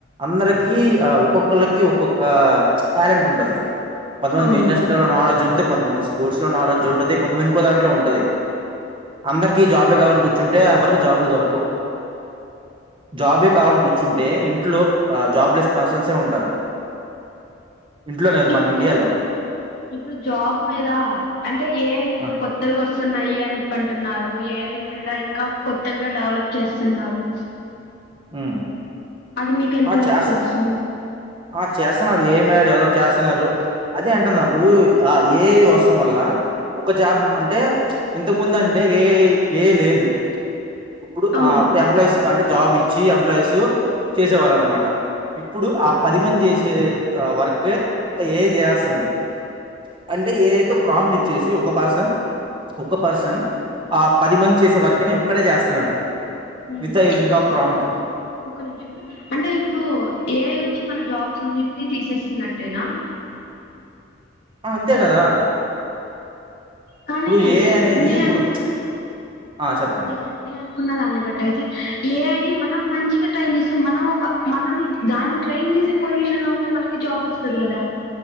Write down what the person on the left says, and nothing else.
అవును
కానీ
ఇప్పుడు
ఇప్పుడు జాబ్ మీద అంటే ఏఐ మీద
కొత్తవి వస్తునా న్నాయి అని చెప్ప అంటున్నారు ఏఐ మీద ఇంకా కొత్తగా డెవలప్ చేస్తున్నారు
అది మీకు ఎంత
వరకు
తెలుసు
అవును
అంటే
ఇప్పుడు
జా
ఉమ్
ఒక్క నిమిషం అంటే ఇప్పుడు ఏ ఐ వచ్చి మన జాబ్స్ అన్నిటిని తీసేస్తున్నట్టేనా
కానీ
నే
అనుకుంటున్నా
నే నే అను న్న దాన్ని బట్టి అయి ఏఐ మనం మంచిగా ట్రైన్ చేస్తే మనం ఒక మనం దాన్ని ట్రైన్ పషన్ లో ఉంటే మన జబ్ వ కదా